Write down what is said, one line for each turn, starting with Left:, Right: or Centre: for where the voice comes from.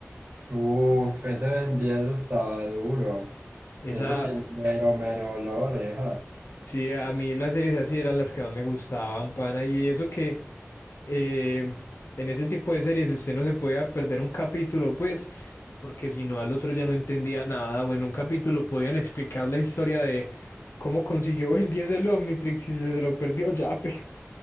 Right: Uf, ese Ben 10 estaba duro.
Left: Esa.
Right: Eso tiene mero, mero olor, oreja.
Left: Sí, a mí las series así eran las que más me gustaban, pana. Y eso que eh, en ese tipo de series si usted no se podía perder un capítulo, pues, porque si no al otro ya no entendía nada. O en un capítulo podían explicar la historia de cómo consiguió Ben 10 el Omnitrix y se, se lo perdió ya, pe.